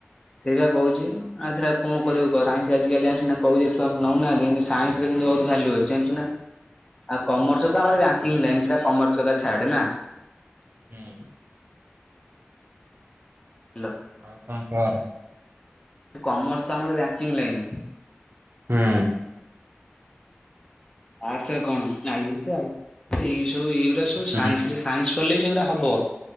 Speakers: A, on the left (about 20°); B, on the right (about 60°).
A: ସେଇ ବା କହୁଛି। ଆଉଥରେ ଆଉ କଣ କରିବୁ କହ ସାଇନ୍ସ ଆଜି କାଲି ଆମେ ସିନା କହୁଚେ ଛୁଆ ନଉନାହାନ୍ତି କିନ୍ତୁ ସାଇନ୍ସରେ କିନ୍ତୁ ବହୁତ ଭ୍ୟାଲୁ ଅଛି ଜାଣିଛୁ ନା। ଆଉ କମର୍ସ
B: ହଁ,
A: ତ ଆମର ବ୍ୟାଙ୍କିଙ୍ଗ ଲାଇନ୍ ସେଟା କମର୍ସ କଥା ଛାଡେ ନା।
B: ହୁଁ।
A: ହାଲୋ।
B: ଆଉ କଣ କର।
A: କମର୍ସ ତ ଆମର ବ୍ୟାଙ୍କିଙ୍ଗ ଲାଇନ।
B: ହୁଁ
A: ଆର୍ଟସ୍ ରେ କଣ? ଆଇ ଏସ୍ ଆଇ ସବୁ ଏଇ ସବୁ ଏଇଗୁଡା ସବୁ
B: ହୁଁ।
A: ସାଇନ୍ସ୍ ରେ ସାଇନ୍ସ୍ ଚାଲେଇ ସେଗୁଡା ହବ,